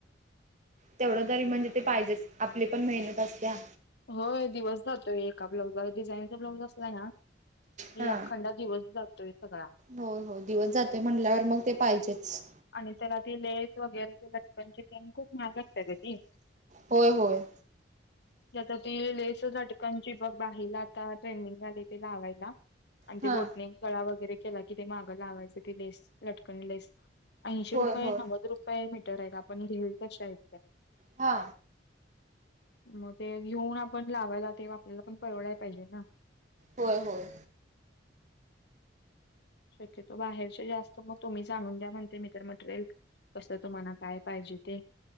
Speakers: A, on the right (about 40°); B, on the left (about 60°).
A: तेवढं तरी म्हणजे ते पाहिजेच आपली पण मेहनत असते्या.
B: हो दिवस जातोय एका ब्लाउजला डिझाईनचा ब्लाउज अस आहे ना. की
A: हा
B: अखंड दिवस जातोय सगळा
A: हो हो दिवस जातोय म्हणल्यावर मग ते पाहिजेच.
B: आणि त्याला ती लेस वगैरे ज लटकनची ते खूप मगगत त्याची.
A: होय होय.
B: आता ती लेस झटकांची बघ बाहिला आता ट्रेनिंग झाली त लावायला. आणि ते
A: हा.
B: बोटने गळा वगैरे केला कि ते मागं लावायचं ते लेस लटकन लेस. ऐंशी
A: होय
B: रुपये
A: होय
B: नव्वद रुपये मीटर आहेत आपण घेईल कशा आहेत त्या.
A: हा.
B: मग ते घेऊन आपण लावायला तेे आपल्याला पण परवडय पाहिजे ना.
A: होय होय.
B: शक्यतो बाहेरचे जास्त मग तुम्ही जाणून द्या म्हणते मी तर मटेरिय. कसं तुम्हाला काय पाहिजे ते.